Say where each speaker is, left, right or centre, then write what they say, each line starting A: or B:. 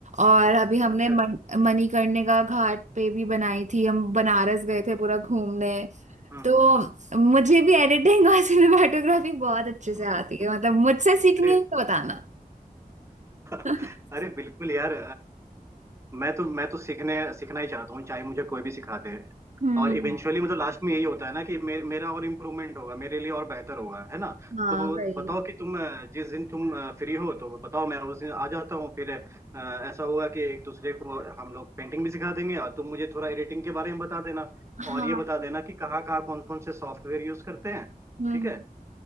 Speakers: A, on the right; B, on the right.
A: और अभी हमने
B: अच्छा
A: मन,
B: अच्छा
A: मणिकर्णिका घाट पे भी बनाई थी हम बनारस गए थे पूरा घूमने
B: हम्म
A: तो मुझे भी एडिटिंग और सिनेमाटोग्राफी बहुत अच्छे से
B: हम्म।
A: आती है मतलब मुझसे सीखनी
B: अरे
A: है तो बताना <laughs>
B: <laughs> अरे बिल्कुल यार मैं तो मैं तो सीखने सीखना ही चाहता हूँ चाहे मुझे कोई भी सिखाते हैं
A: हम्म
B: और इवेंचुअली मतलब लास्ट में यही होता है ना कि मे, मेरा और इम्प्रूवमेंट होगा मेरे लिए और बेहतर होगा है ना
A: हाँ
B: तो
A: भाई
B: बताओ कि तुम अ, जिस दिन तुम फ्री हो तो बताओ मैं उस दिन आ जाता हूँ फिर अ, ऐसा होगा कि एक दूसरे को हम लोग पेंटिंग भी सिखा देंगे और तुम मुझे थोड़ा एडिटिंग के बारे में बता देना
A: हाँ
B: और ये बता देना कि कहाँ कहाँ कौन कौन से सॉफ्टवेयर यूज करते हैं
A: हम्म
B: ठीक
A: हम्म।
B: है